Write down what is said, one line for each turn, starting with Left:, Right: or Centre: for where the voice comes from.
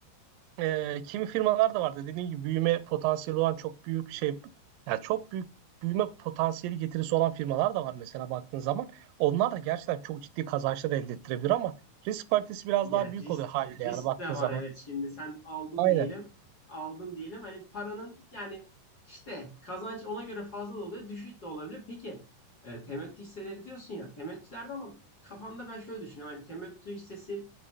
Right: e, kimi firmalar da vardı. Dediğim gibi büyüme potansiyeli olan çok büyük şey yani çok büyük büyüme potansiyeli getirisi olan firmalar da var mesela baktığın zaman. Onlar da gerçekten çok ciddi kazançlar elde ettirebilir ama risk paritesi biraz
Left: Ya
Right: daha büyük
Left: risk,
Right: oluyor haliyle
Left: risk
Right: yani baktığın
Left: de
Right: zaman.
Left: var evet şimdi sen aldın
Right: Aynen.
Left: diyelim aldın diyelim hani paranın yani işte kazanç ona göre fazla da oluyor düşük de olabilir. Peki e, temettü hisseleri diyorsun ya temettülerde ama kafamda ben şöyle düşünüyorum hani temettü hissesi